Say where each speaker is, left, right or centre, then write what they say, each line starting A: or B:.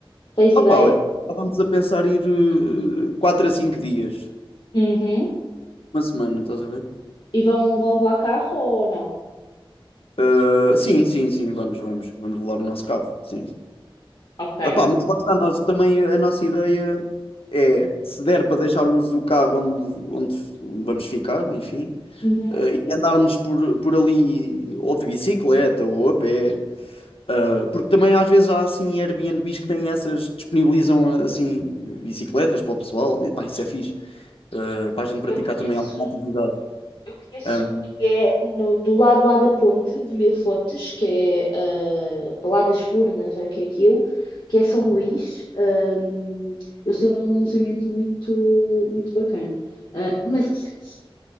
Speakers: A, on the left; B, on the left.
A: Tens ideia?
B: Opa, olha, estávamos a pensar ir eh, 4 a 5 dias,
A: Uhum.
B: uma semana, estás a ver?
A: E vão, vão lá carro ou não?
B: Eh, sim, sim, sim, vamos, vamos, vamos levar o nosso carro, sim.
A: Ok.
B: Epá, mas lá está, nós também a nossa ideia é, se der para deixarmos o carro onde, onde vamos ficar, enfim,
A: Uhum.
B: eh, e andarmos por, por ali ou de bicicleta ou a pé, eh, porque também às vezes há assim Airbnbs que têm essas, disponibilizam assim bicicletas para o pessoal, e pá, isso é fixe, eh, para a gente praticar
A: Eu conheço.
B: também alguma atividade.
A: Eu conheço
B: Ahm,
A: um que é no, do lado lá da ponte de Mil Fontes, que é ah, para lá das Furnas, é que é aquilo, que é São Luís. Ahm, eu sei lá um alojamento muito, muito bacana. Ah, mas assim, se